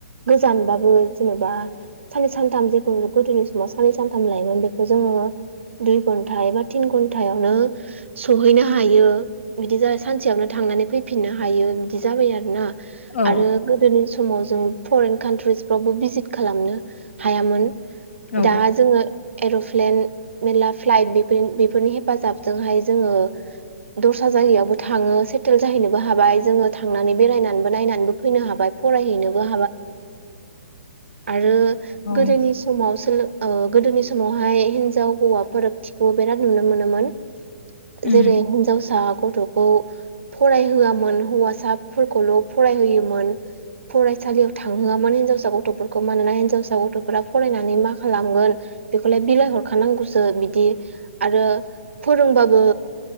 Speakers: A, on the right; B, on the left.
A: गोजानबाबो जेनेबा साननै सानथाम जेखौ गोदोनि समाव साननै सानथाम लायोमोन बेखौ जोङो दुइ घन्टा एबा थिन घन्टायावनो सहैनो हायो। बिदि जा सानसेयावनो थांनानै फैफिननो हायो बिदि जाबाय आरोना
B: औ
A: आरो गोदोनि समाव जों फरेन कान्ट्रिस फावबो भिजिट खालामनो हायामोन।
B: औ
A: दा जोङो एर'प्लेन मेरला फ्लाइट बेफोर बेफोरनि हेफाजाबजोंहाय जोङो दस्रा जायगायावबो थाङो सेटेल जाहैनोबो हाबाय जोङो थांनानै बेरायनानैबो नायनानैबो फैनो हाबाय फरायहैनोबो आरो
B: औ
A: गोदोनि समाव सोलो ओ गोदोनि समावहाय हिनजाव हौवाफोर थिखौ बिराद नुनो मोनोमोन
B: उम
A: जेरै हिनजावसा गथ' खौ फरायहोआमोन हौवासाफोरखौल' फरायहोयोमोन। फरायसालियाव थांहोआमोन हिनजावसा गथ'फोरखौ मानोना हिनजावसा गथ'फोरा फरायनानै मा खालामगोन बेखौलाय बिलाय हरखानांगौसो बिदि आरो फोरोंबाबो